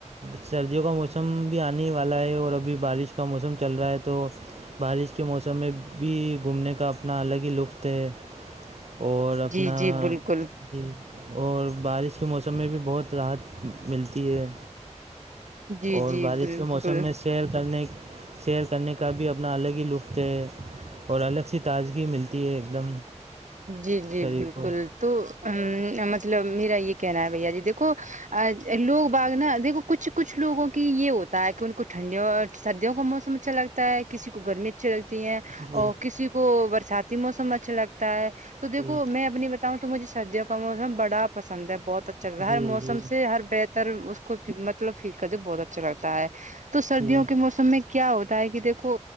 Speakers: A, on the right; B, on the right.
A: سردیوں کا موسم بھی آنے والا ہے اور ابھی بارش کا موسم چل رہا ہے تو بارش کے موسم میں بھی گھومنے کا اپنا الگ ہی لطف ہے اور اپنا
B: جی جی بالکل
A: جی اور بارش کے موسم میں بھی بہت راحت ملتی ہے
B: جی
A: اور
B: جی
A: بارش
B: بالکل
A: کے موسم میں شیر کرنے سئیر کرنے کا بھی اپنا الگ ہی لطف ہے اور الگ سی تازگی ملتی ہے ایک دم
B: جی جی
A: شریر
B: بالکل
A: کو
B: تو مطلب میرا یہ کہنا ہے بھیا جی دیکھو لوگ باغ نا دیکھو کچھ کچھ لوگوں کی یہ ہوتا ہے کہ ان کو ٹھنڈیوں اور سردیوں کا موسم اچھا لگتا ہے کسی کو گرمی اچھی لگتی ہیں
A: جی
B: اور کسی کو برساتی موسم اچھا لگتا ہے تو دیکھو
A: جی
B: میں اپنی ب تا ہوں تو مجھے سردیوں کا موسم بڑا پسند ہے بہت اچھا لگتا
A: جی
B: ہے ہر موسم
A: جی
B: سےر ر اس کو مطلب فیل کرتے بہت اچھا لگتا ہے تو سردیوں
A: جی
B: کے موسم میں کیا ہوتا ہے کہ دیکھو